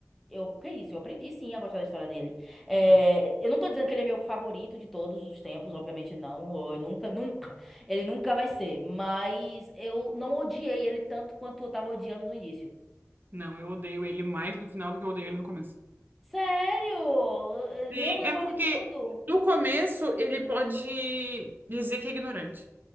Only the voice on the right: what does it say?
Não,
não, eu odeio ele mais no final do que eu odeio ele no começo.
Sim,
é porque
no começo ele pode dizer que é ignorante.